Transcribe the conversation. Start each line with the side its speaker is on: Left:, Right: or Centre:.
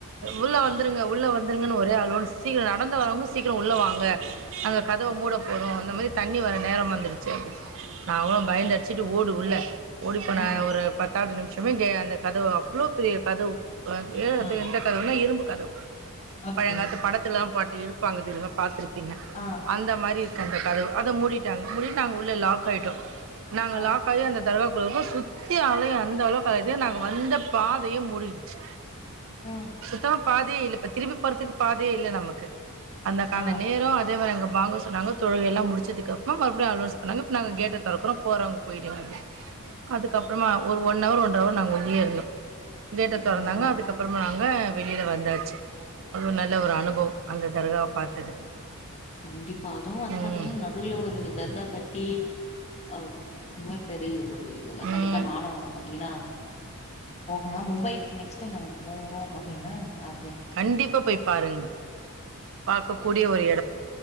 Right: உள்ள வந்து ருங்க உள்ள வந்துருங்கன்னு ஒரே அனோன்ஸ் சீக்கிர நடந்து வரவங்க சீக்கிர உள்ள வாங்க அங்க கதவ
Left: ஆ
Right: மூட போறோ அந்த மாரி தண்ணி வர நேரம் வந்துடுச்சு அப்டின் நாங்களு பயந்தடிச்சுட்டு ஓடு உள்ள ஓடிப்போன
Left: ம்
Right: ஒரு பத்தாவது நிமிஷமே கே அந்த கதவ அவ்ளோ வ்ளோ பெரிய கதவு அ எ
Left: ஆ
Right: எந்த கதவுனா இரும்பு கதவு
Left: ஓகே.
Right: பழங்காலத்து படத்துலல்லா பா இழுப்பாங்க தெரிமா பாத்துருப்பீங்க
Left: ஆ
Right: அந்த மாரி அந்த கதவு அத மூடிட்டாங்க மூடிட் நாங்க உள்ள லாக் ஆய்ட்டோ நாங்க
Left: ஆ
Right: லாக்க ஆயி அந்த <unintelligible> ளுக்கு சுத்தி அலயு அந்த அளவு <unintelligible> இதே நாங்க வந்த பாதையே மூடிடுச்சு
Left: ம்
Right: சத்தமா பாதயே இல்ல இப்ப திருப்பி போற்துக்கு பாதயே இல்ல நமக்கு அந்தக்கான
Left: ஆ
Right: நேரோ அதே மாரி எங்க வாங்க சொன்னாங்க தொழக எல்லா முடிச் ச்சதுக்கப்பறோ மடிபியு அலோன்ஸ் பண்ணாங்க நாங்க கேட்ட தொறக்குறோ போறவங் போயிடுங்க அப்டின் அதுக்கப்புறமா ஒரு ஒன் அவர் ஒன்றவர் நாங்க உள்ளியே இருந்தோ கேட்ட தொறந்தாங்க
Left: ஓ
Right: அதுக்கப்புறமா நாங்க வெளில வந்தாச்சு அதுவு நல்ல ஒரு அனுபவம் அந்த தர்காவ பாத்தது
Left: கண்டிப்பா அதுவு வந்து
Right: ம்
Left: பாத்தீங்ன்னா நடு வுல ஒரு தர்கா கட்டி அ அவ் நல்லா பெரிய கோ <unintelligible>
Right: ம்
Left: கண்டிப்பா நானு வந்து பாத்தீங்கன்னா போகனோ மும்பை நெக்ஸ்ட் டைம் நாங்க அங்க போறோ அப்டின்னா அ
Right: கண்டிப்பா போய் பாருங்க பாக்க கூடிய ஒரு எ